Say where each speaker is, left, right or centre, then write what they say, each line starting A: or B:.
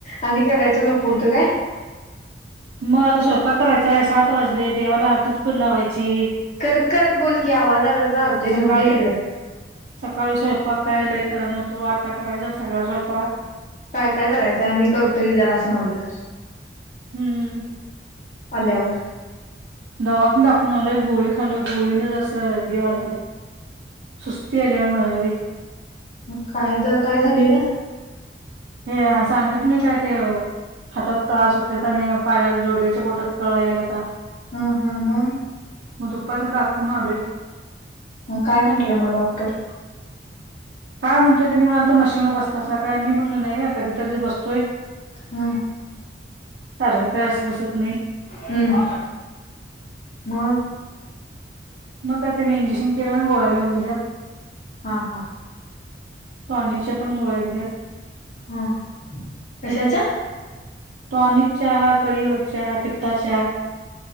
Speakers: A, on the left; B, on the right.
A: आणि करायचं नको होतं होय.
B: मग आता स्वयंपाक करायचा आहे सात वाजले देवाला आरती चकून लावायची.
A: करत करत बोल की आवाज आला तर आलतोय
B: सकाळी,
A: राहू दे तिकडं
B: सकाळी स्वयंपाक. काय लय कराय नव्हतो आत्ता करायचा सगळा स्वयंपाक.
A: काय काय करायचंय मी करतोय जरास मदत.
B: हम्म.
A: आल्यावर.
B: दवाखानत दाखवून आलोय गोळी खाल्लो गोळी न असं हे व्हायला लागलय. सुस्ती आल्या वाणी व्हायला लागलय.
A: मग काय द काय झालेलं.
B: हे सांगितलो नाय काय ते हातात कळा सुट सूट त्यात आणि पाया जोडव्याच्या बोटात कळा यायलाता.
A: हा हा म.
B: मग दुपारी दाखवून आलोय.
A: मग काय म्हंटले मग डॉक्टर.
B: काय म्हणतोय तुम्ही म आता मशीनवर बसता सा काय मी म्हटलं नाही का कधीतरी बसतोय.
A: हं
B: सारखं काय असं बसत नाही.
A: हम्म मग
B: मग काये त्यानी इंजेक्शन केलं आणि गोळ्या लिहून दिल्यात.
A: हा हा
B: टॉनिकच्या पण गोळ्या दिल्या.
A: हा कशाच्या
B: टॉनिकच्या, कळीवरच्या, पित्ताच्या